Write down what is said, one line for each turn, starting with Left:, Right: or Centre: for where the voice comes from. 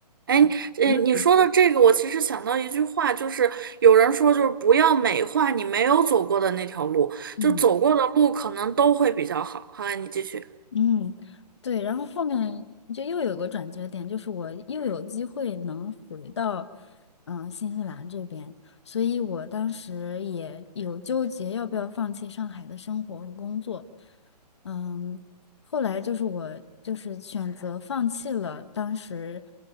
Right: 哎，
Left: <laughs>，
Right: 呃，你说的这个，
Left: 不
Right: 我其实想到一句话，就是有人说，就是不要美化你没有走过的那条路，
Left: 嗯。
Right: 就走过的路可能都会比较好。好，你继续。
Left: 嗯，对，然后后面就又有个转折点，就是我又有机会能回到，嗯、新西兰这边，所以我当时也有纠结要不要放弃上海的生活和工作，嗯，后来就是我就是选择放弃了当时